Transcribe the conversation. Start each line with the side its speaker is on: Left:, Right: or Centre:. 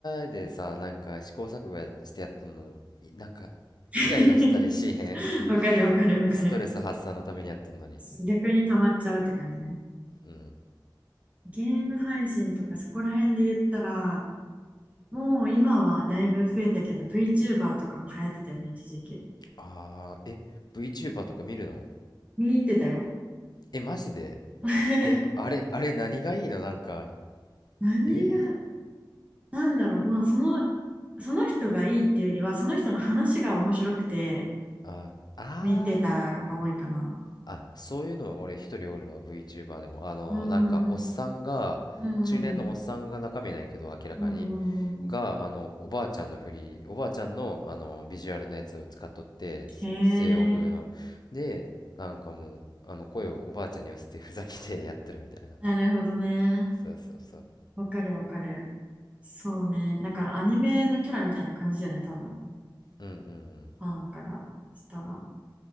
Left: 手でさ、なんか試行錯誤やしてやっとんの、いなんか、
Right: <laughs>
Left: イライラしたりしへん
Right: わかるわかるわかる。
Left: <laughs> ストレス発散のためにやっとんのに。
Right: 逆に溜まっちゃうって感じね。
Left: うん。
Right: ゲーム配信とかそこら辺で言ったら、もう今はだいぶ増えたけど、VTuber とかも流行ってたよね、一時期。
Left: あー、え、VTuber とか見るの
Right: 見に行ってたよ。
Left: え、マジで
Right: <laughs>
Left: え、あれ、あれ何がいいのなんか、
Right: 何が、
Left: えー、
Right: なんだろう、まあその、その人がいいっていうよりは、その人の話が面白くて、
Left: あ、あー
Right: 見てたが多いかな。
Left: あ、そういうのは俺一人おるわ、VTuber でも。あの、
Right: うーん、う
Left: なんかおっさんが、
Right: んうん
Left: 中年のおっさんが中身なんやけど、明らかに。
Right: うん、うんうんうん
Left: が、あの、おばあちゃんのフリー、おばあちゃんの、あの、ビジュアルのやつを使っとって、す西洋風の。
Right: うん。へえ、
Left: で、なんかもう、あの、声をおばあちゃんに寄せてふざけてやってるみたいな。
Right: なるほどね。
Left: そうそうそう。
Right: わかるわかる。そうね。だからアニメのキャラみたいな感じだよね、多分。
Left: うんうんうん。
Right: ファンからしたら。